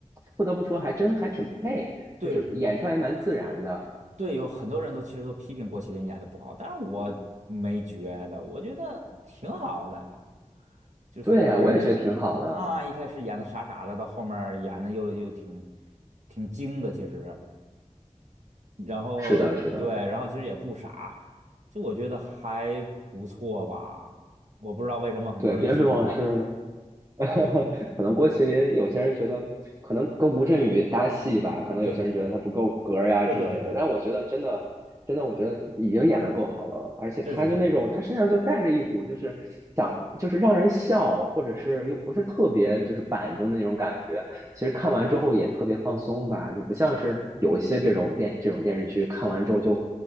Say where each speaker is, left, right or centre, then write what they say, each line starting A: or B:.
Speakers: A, on the right (about 25°); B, on the right (about 70°).
A: 不得不说还真还挺配，
B: 对
A: 就是演出来蛮自然的。
B: 对，有很多人都其实都批评郭麒麟演的不好，但是我没觉得，我觉得挺好的，就是啊，
A: 对呀，我也觉得挺好的。
B: 一开始演的傻傻的，到后面儿演的又又挺挺精的，其实。然后对，
A: 是的，是的，
B: 然后其实也不傻，就我觉得还不错吧。我不知道为什么很多人批评他。
A: 对，边水往事。<laughs>
B: 对
A: 可能郭麒麟有些人觉得可能跟吴镇宇搭戏吧，可能有些人觉得他不够格儿呀之类的，
B: 对对对对对，
A: 但我觉得真的真的，我觉得已经演的够好了，而且他就那种他身上就带着一股就是想就是让人笑，
B: 是是是，
A: 或者是又不是特别就是板正的那种感觉。其实看完之后也特别放松吧，就不像是有一些这种电这种电视剧看完之后就